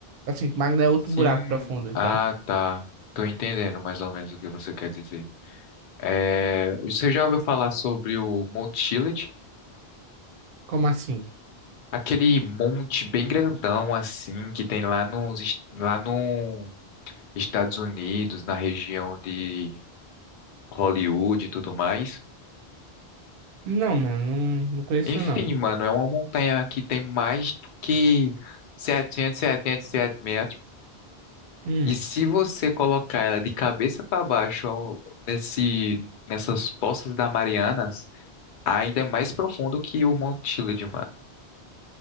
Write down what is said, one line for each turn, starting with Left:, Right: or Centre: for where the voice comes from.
Right: Assim, Magna é outro
Left: Sim,
Right: buraco profundo, então.
Left: ah, tá. Tô entendendo mais ou menos o que você quer dizer. É, você já ouviu falar sobre o Monte Chiliad?
Right: Como assim?
Left: Aquele monte bem grandão assim que tem lá nos, est- lá no Estados Unidos, na região de Hollywood e tudo mais.
Right: Não, mano, não, não conheço
Left: Enfim,
Right: não.
Left: mano, é uma montanha que tem mais do que 777 metros.
Right: Hum.
Left: E se você colocar ela de cabeça para baixo ao- nesse, nessas Poças da Marianas, ainda é mais profundo que o Monte Chiliad, mano.